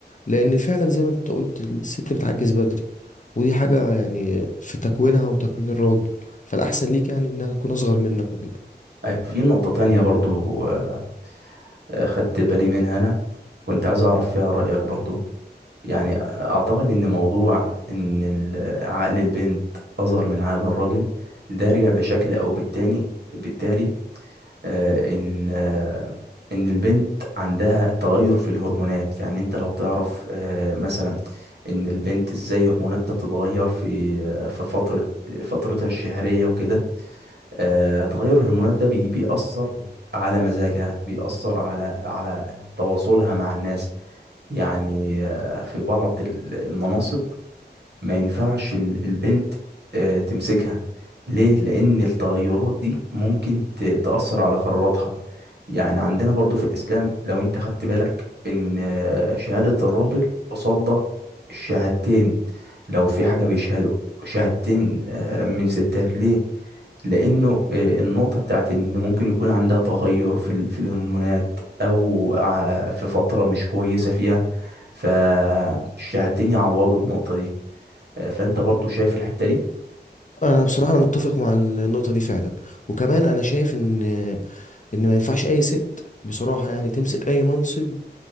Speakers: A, on the left; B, on the right.
A: لان فعلا زي ما انت قلت الست بتعجز بدري ودي حاجة يعني في تكوينها وتكوين الراجل فالاحسن ليك يعني انها تكون اصغر منك وكده
B: ايوه في نقطة تانية برضو آه، خدت بالي منها انا كنت عايز اعرف فيها رأيك برضو يعني اعتقد ان موضوع ان ال- عقل البنت اصغر من عقل الراجل ده رجع بشكل او بالتاني بالتالي آه، ان آه، ان البنت عندها تغير في الهرمونات يعني انت لو تعرف آه، مثلا ان البنت ازاي هرموناتها بتتغير في آه، في فترة فترتها الشهرية وكده آه، تغير الهرمونات ده بي- بيأثر على مزاجها بيأثر على على تواصلها مع الناس يعني آه، في بعض ال- المناصب ما ينفعش ال- البنت آه، تمسكها ليه لان التغيرات دي ممكن ت- تأثر على قراراتها يعني عندنا برضو في الاسلام لو انت خدت بالك ان آه، شهادة الراجل قصاد الشهادتين لو في حاجة بيشهدوا شهادتين آه، من ستات ليه لانه آه، النقطه بتاعت ان ممكن يكون عندها تغير في ال- في الهرمونات او ع- في فتره مش كويسه فيها فالشهادتين يعوضوا النقطه دي آه، فانت برضو شايف الحتة دي
A: انا بصراحة انا متفق مع النقطة دي فعلا وكمان انا شايف ان ان ما ينفعش اي ست بصراحة يعني تمسك اي منصب